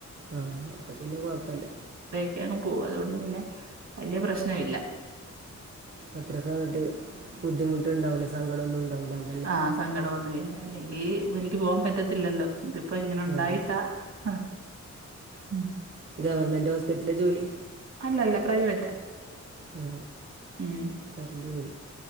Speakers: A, on the right (about 40°); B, on the right (about 65°).
A: ആ അപ്പ പിന്നെ കൊഴപ്പല്ല.
B: ക്കെങ്ങ് പോകും അതുകൊണ്ട് പിന്നെ വലിയ പ്രശ്നയില്ല.
A: അത്രൊക്കെ അങ്ങട്ട് ബുദ്ധിമുട്ടുണ്ടാവൂല്ല സങ്കടന്നുണ്ടാവൂല്ല.
B: ആ സങ്കടവൊന്നു ഇല്ല അല്ലെങ്കിപ്പൊ നിക്ക് പോവാൻ പറ്റത്തില്ലല്ലോ? ഇതിപ്പോ ഇങ്ങനെ ഒണ്ടായിട്ടാ
A: അതെ
B: അ ഹും
A: ഗവർമെന്റ് ഹോസ് പ്പിറ്റല ജോലി?
B: അല്ലല്ല പ്രൈവറ്റാ
A: ആ
B: ഉം
A: കരണ്ട് പോയി